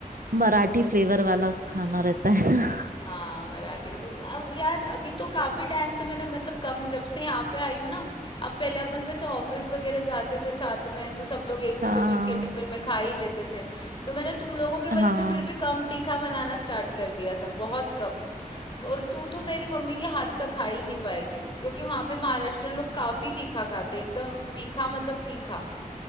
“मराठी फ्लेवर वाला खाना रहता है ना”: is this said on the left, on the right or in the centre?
Right